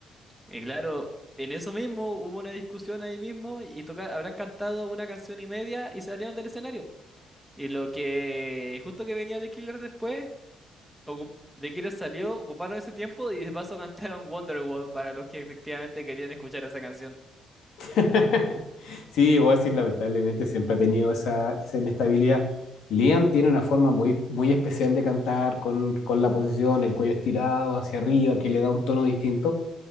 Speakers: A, in the centre; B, on the left (about 75°).
A: y claro, en eso mismo hubo una discusión ahí mismo y toca- habrán cantado una canción y media y salieron del escenario. Y lo que justo que venía The Killer después, ocup- The Killer salió, ocuparon ese tiempo y de paso cantaron Wonderwall para los que efectivamente querían escuchar esa canción. <laughs>
B: <laughs> Sí, voy a decir, lamentablemente siempre ha tenido esa, esa inestabilidad. Liam tiene una forma muy, muy especial de cantar con, con la posición, el cuello estirado hacia arriba, que le da un tono distinto.